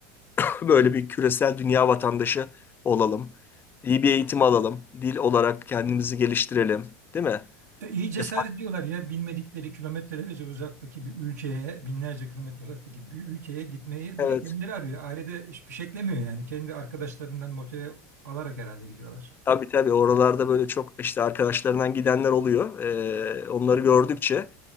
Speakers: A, on the left (about 25°); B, on the right (about 80°).
A: <laughs> böyle bir küresel dünya vatandaşı olalım. İyi bir eğitim alalım. Dil olarak kendimizi geliştirelim. Değil mi?
B: E, İyi cesaret
A: E, fark-
B: ediyorlar ya bilmedikleri kilometrelerce uzaktaki bir ülkeye, binlerce kilometre uzaktaki bir ülkeye gitmeyi
A: evet.
B: bir de kendileri arıyor. Ailede fişeklemiyor yani. Kendi arkadaşlarından motive alarak herhalde gidiyorlar.
A: Tabii tabii oralarda böyle çok işte arkadaşlarından gidenler oluyor. E, onları gördükçe.